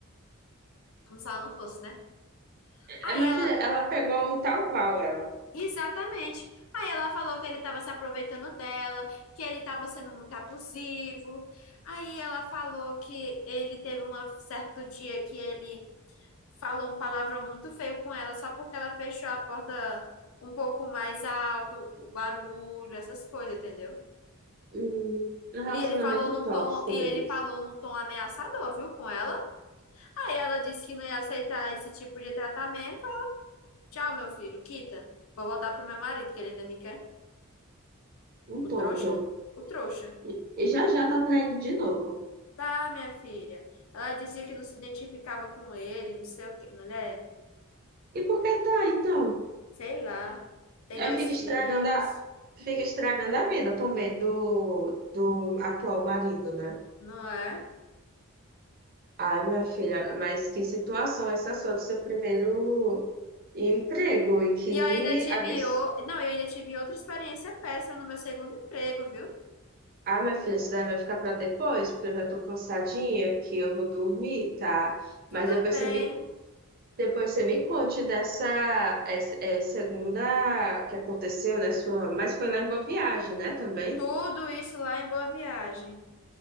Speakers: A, on the left; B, on the right.
A: como se ela não fosse, né?
B: É,
A: Aí
B: minha
A: ela,
B: filha, ela pegou um tal qual ela.
A: exatamente. Aí ela falou que ele estava se aproveitando dela, que ele estava sendo muito abusivo. Aí ela falou que ele teve um certo dia que ele falou um palavrão muito feio com ela só porque ela fechou a porta um pouco mais alto, o barulho, essas coisas, entendeu?
B: Um, um relacionamento
A: E ele falou num
B: tóxico
A: tom, e
B: deles.
A: ele falou num tom ameaçador, viu, com ela. Aí ela disse que não ia aceitar esse tipo de tratamento. Tchau, meu filho, quita. Vou voltar pro meu marido, que ele ainda me quer.
B: Um
A: O
B: tonto.
A: trouxa? O trouxa.
B: E, e já já tá traindo de novo.
A: Tá, minha filha. Ela dizia que não se identificava com ele, não sei o quê. Mulher,
B: E por que tá, então?
A: sei lá. Tem dois
B: Aí fica estragando
A: filhos,
B: a, fica estragando a vida também do, do atual marido, né?
A: não é?
B: Ai, minha filha, mas que situação essa sua do seu primeiro emprego? E que
A: E eu ainda tive,
B: absurdo.
A: o... não, eu ainda tive outra experiência péssima no meu segundo emprego, viu?
B: Ah, minha filha, isso daí vai ficar para depois, porque eu já tô cansadinha, que eu vou dormir, tá?
A: Tudo
B: Mas depois
A: bem,
B: você me, co- depois você me conte dessa essa, é, segunda que aconteceu, né? Sua, mas foi lá em Boa Viagem, né, também?
A: tudo isso lá em Boa Viagem.